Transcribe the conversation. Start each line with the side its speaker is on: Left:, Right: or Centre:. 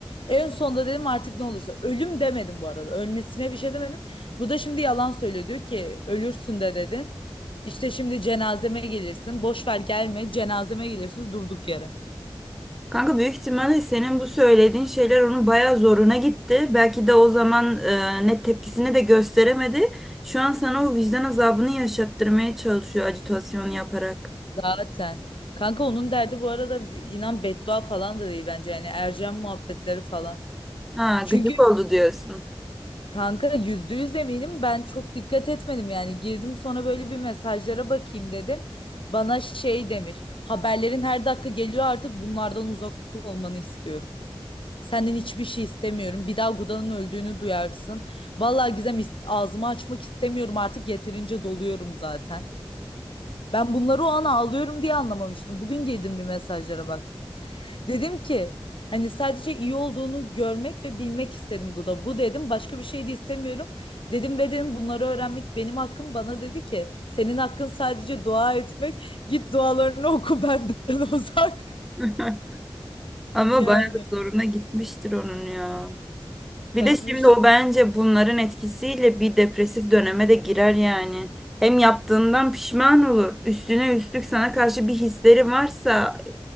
Left: En sonunda dedim artık ne olursa. Ölüm demedim bu arada. Ölmesine bir şey demedim. Bu da şimdi yalan söylüyor. Diyor ki ölürsün de dedin. İşte şimdi cenazeme gelirsin. Boş ver gelme. Cenazeme gelirsin durduk yere.
Centre: Kanka büyük ihtimalle senin bu söylediğin şeyler onun bayağı zoruna gitti. Belki de o zaman e, net tepkisini de gösteremedi. Şu an sana o vicdan azabını yaşattırmaya çalışıyor ajitasyon yaparak.
Left: Zaten. Kanka onun derdi bu arada inan beddua falan da değil bence. Yani Ercan muhabbetleri falan.
Centre: Ha,
Left: Çünkü
Centre: gıcık oldu diyorsun.
Left: Kanka yüzde yüz eminim ben çok dikkat etmedim yani girdim sonra böyle bir mesajlara bakayım dedim. Bana şey demiş haberlerin her dakika geliyor artık bunlardan uzak olmanı istiyorum. Senden hiçbir şey istemiyorum. Bir daha Guda'nın öldüğünü duyarsın. Vallahi Gizem ist- ağzımı açmak istemiyorum artık yeterince doluyorum zaten. Ben bunları o an ağlıyorum diye anlamamıştım. Bugün girdim bir mesajlara baktım. Dedim ki hani sadece iyi olduğunu görmek ve bilmek istedim Guda. Bu dedim başka bir şey de istemiyorum. Dedim ve dedim bunları öğrenmek benim hakkım. Bana dedi ki senin hakkın sadece dua etmek. Git dualarını oku benden <laughs> uzak.
Centre: <laughs> Ama
Left: Yani
Centre: bayağı zoruna gitmiştir onun ya.
Left: kalkmış
Centre: Bir de şimdi o bence bunların etkisiyle bir depresif döneme de girer yani. Hem yaptığından pişman olur. Üstüne üstlük sana karşı bir hisleri varsa e,